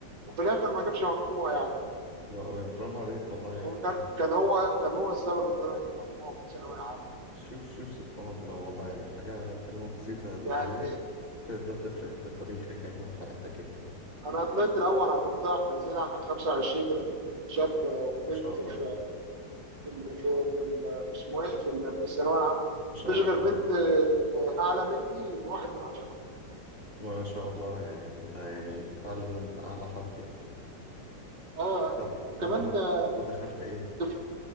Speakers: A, on the right; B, on the left.
A: وفي الاخر ما جابش مجموع يعني
B: و- برافو عليك والله يعني
A: وكان كان هو كان هو السبب ان انا اجيب مجموع في ثانوية عامة
B: شوف شوف سبحان الله والله يعني حاجة كلمة بسيطة
A: يعني
B: ازاي تقدر تفرق في تاريخك يعني وفي حياتك يعني
A: انا طلعت الاول على المنطقة احنا نزلنا عن 25 30 شاب وبنت
B: ما شاء الله
A: في في ال- في في ال- اسمه ايه في ال- في الثانويه العامه
B: ما شاء
A: تشغل
B: الله
A: بنت آه، اعلى مني بواحد من عشرة
B: ما شاء الله يعني ده انت يعني فعلا من أعلى حد يعني
A: اه
B: طب
A: وكمان
B: وده
A: آه،
B: ودخلت ايه
A: دف-